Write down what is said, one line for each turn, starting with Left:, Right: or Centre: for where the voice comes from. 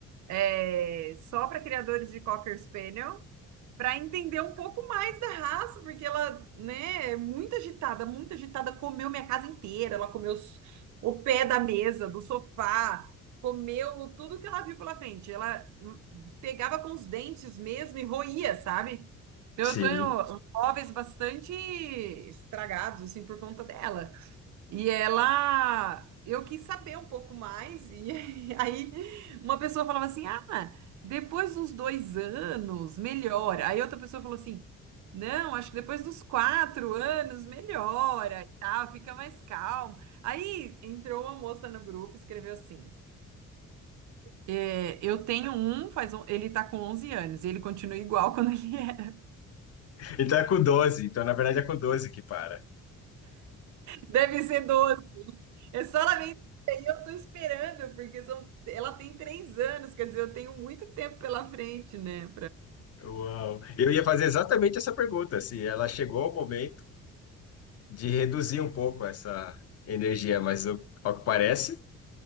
Right: é, só para criadores de Cocker Spaniel. para entender um pouco mais da raça, porque ela, né, é muito agitada, muito agitada, comeu minha casa inteira, ela comeu s- o pé da mesa, do sofá, comeu tudo que ela viu pela frente. Ela hum, pegava com os dentes mesmo e roía, sabe? Então,
Left: Sim.
Right: Eu tenho móveis bastante estragados, assim, por conta dela. E ela, eu quis saber um pouco mais, e <laughs> aí uma pessoa falava assim: ah, depois dos dois anos melhora. Aí outra pessoa falou assim: não, acho que depois dos quatro anos melhora e tal, fica mais calmo. Aí entrou uma moça no grupo e escreveu assim: é, eu tenho um, faz um, ele tá com 11 anos, e ele continua igual <laughs> quando ele era.
Left: Então é com doze. Então, na verdade, é com 12 que para.
Right: Deve ser doze, É só ela me dizer, e eu tô esperando, porque são- ela tem três anos, quer dizer, eu tenho muito tempo pela frente, né,
Left: Uau. Eu ia fazer exatamente essa pergunta, se ela chegou ao momento de reduzir um pouco essa energia, mas o- ao que parece,